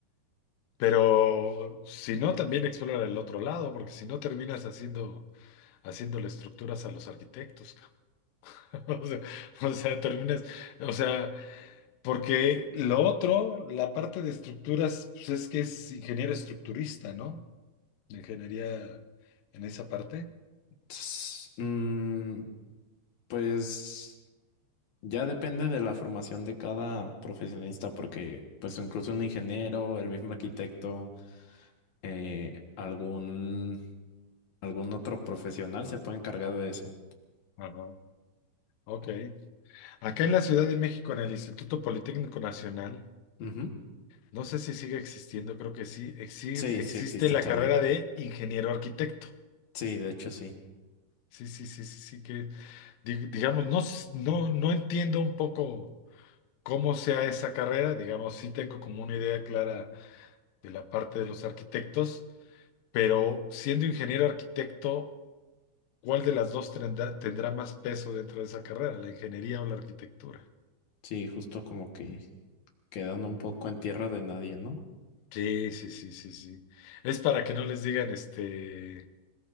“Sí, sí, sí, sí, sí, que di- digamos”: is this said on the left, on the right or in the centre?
Left